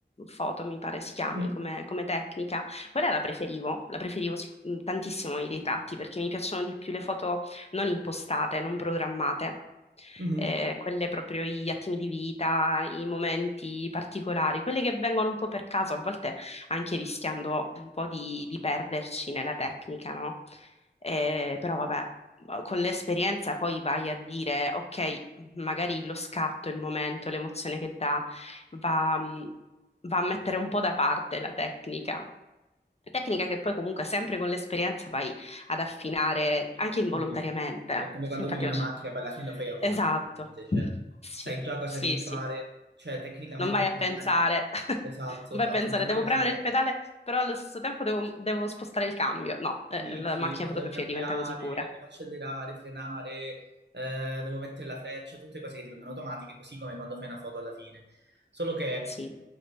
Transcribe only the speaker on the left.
photo mi pare si chiami
come, come tecnica. Quella la preferivo, la preferivo sic- mm, tantissimo i ritratti perché mi piacciono di più le foto non impostate, non programmate.
Eh, quelle proprio gli attimi di vita, i momenti particolari, quelle che vengono un po' per caso, a volte anche rischiando un po' di, di perderci nella tecnica, no? Eh, però vabbè con l'esperienza poi vai a dire, ok, magari lo scatto, il momento, l'emozione che dà, va, mhmm, va a mettere un po' da parte la tecnica. Tecnica che poi comunque sempre con l'esperienza vai ad affinare anche involontariamente.
Infatti,
non c'è-
esatto.
Sì,
sì,
sì.
Non vai
a
pensare,
<laughs>
non
vai a pensare,
devo premere
il pedale, però allo stesso tempo devo, devo spostare il cambio. No, eh,
la
macchina
fotografia
diventa così pura.
Sì,